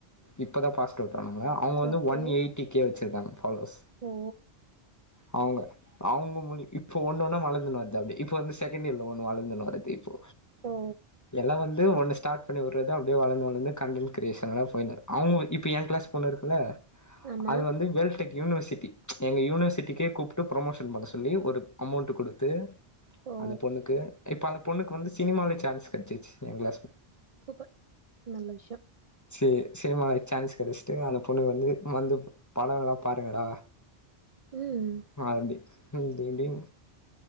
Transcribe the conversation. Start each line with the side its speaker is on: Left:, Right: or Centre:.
Left: இப்ப தா பாஸ்டு அவுட் ஆனாங்க அவுங்க வந்து
Right: okay
Left: one eight D K வெச்சிருக்காங்க ஃபாலோவஸ்
Right: ஓ
Left: அவுங்க அவுங்க முடி இப்போ ஒன்னொன்னா வளந்துன் வருது அப்டி இப்ப வந்து செகண்ட்யேர்ல வ வளந்துனு வருது இப்போ
Right: ஓ
Left: எல்லா வந் து ஒன்னு ஸ்டாட் பண்ணி வுட்றது அப்டியே வளந்து வளந்து கண்டென்ட் கிரியேஷன்ல ஃபைனல் அவுங்க இப்ப எ க்ளாஸ் பொண்ணு இருக்குல்ல
Right: ஆமா
Left: அது வந்து வேல் டெக் யூனிவர்சிட்டி எங்க யூனிவர்சிட்டிக்கே கூப்ட்டு ப்ரொமோஷன் பண்ண சொல்லி ஒரு அமௌண்ட்டு குடுத்து
Right: ஓ
Left: அந்த பொண்ணுக்கு இப்ப அந்த பொண்ணுக்கு வந்து சினிமாலே சான்ஸ் கெட்ச்சிச்சு எங் க்ளாஸ்
Right: சூப்பர் நல்ல விஷ்யோ
Left: சேர் சினிமாலே சான்ஸ் கெடஸ்ட்டு அந்த பொண்ணு வந்து வந்து படங்களா பாருங்கடா
Right: ம்
Left: அப்டி இப்டிஇப்டின்